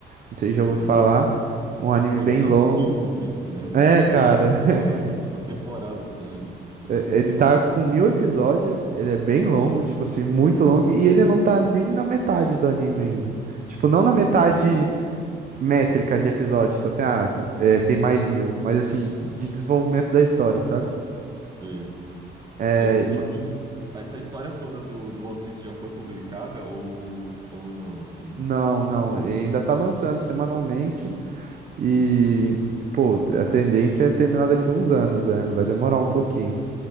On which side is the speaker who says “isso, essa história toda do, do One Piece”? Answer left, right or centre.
Right